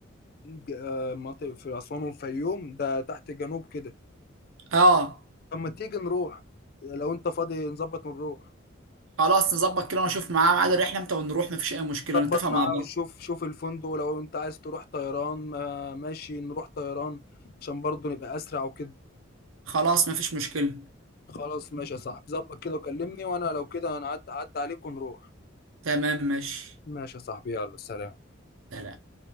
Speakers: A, on the left; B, on the right.
A: ج- آه، مناطق في اسوان والفيوم ده تحت جنوب كده
B: اه
A: طب ما تيجي نروح لو انت فاضي نظبط ونروح
B: خلاص نظبط كده ونشوف معاه ميعاد الرحله امتى ونروح مفيش اي مشكله
A: ظبط
B: نتفق
A: معاه
B: مع بعض
A: وشوف شوف الفندق ولو انت عايز تروح طيران ما- ماشي نروح طيران عشان برضه نبقى اسرع وكده
B: خلاص مفيش مشكله
A: خلاص ماشي يا صاحبي ظبط كده وكلمني وانا لو كده انا عد عد عليك ونروح
B: تمام ماشي
A: ماشي يا صاحبي يلا سلام
B: سلام